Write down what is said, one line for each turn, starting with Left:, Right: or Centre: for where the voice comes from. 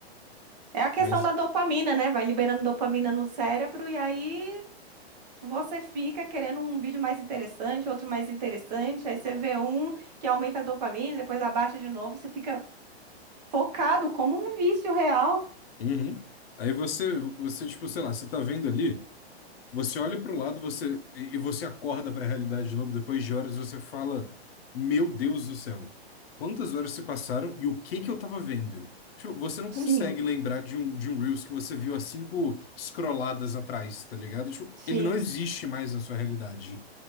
Right: É a questão
Left: Mas,
Right: da dopamina, né? Vai liberando dopamina no cérebro e aí Você fica querendo um vídeo mais interessante, outro mais interessante, aí você vê um que aumenta a dopamina, depois abaixa de novo, você fica focado como um vício real.
Left: uhum. Aí você, você, tipo, sei lá, você tá vendo ali. Você olha para o lado, você e e você acorda para a realidade de novo depois de horas, e você fala: "Meu Deus do céu. Quantas horas se passaram e o que que eu tava vendo?" Tipo, você não consegue
Right: Sim,
Left: lembrar de um de um Reels que você viu há cinco scrolladas atrás, tá ligado? Tipo,
Right: sim.
Left: ele não existe mais na sua realidade.